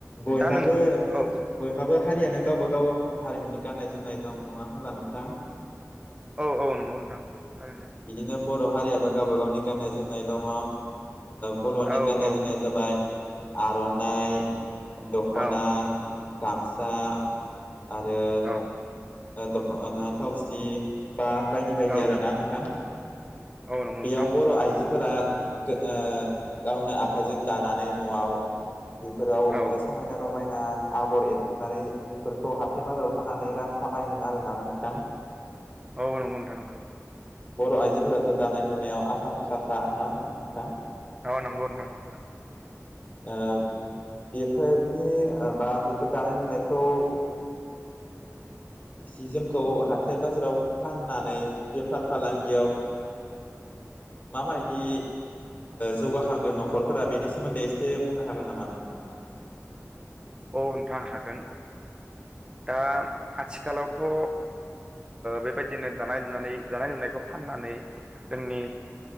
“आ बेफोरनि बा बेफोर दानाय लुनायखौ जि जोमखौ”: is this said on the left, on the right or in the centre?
Left